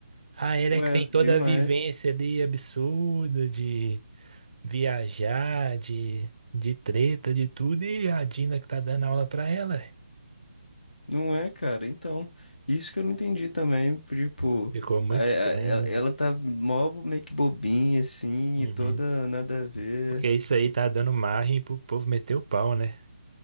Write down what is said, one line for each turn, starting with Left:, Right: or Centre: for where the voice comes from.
Right: A Ellie
Left: Ué,
Right: é que tem toda
Left: demais.
Right: a vivência ali absurda de viajar, de, de treta, de tudo, e a Dina que tá dando aula pra ela.
Left: Não é, cara. Então, isso que eu não entendi também. Tipo,
Right: Ficou muito
Left: a- a-
Right: estranho,
Left: ela
Right: né?
Left: ela tá mó bo- meio que bobinha, assim,
Right: Uhum.
Left: e toda nada a ver.
Right: Porque isso aí tá dando margem pro povo meter o pau, né?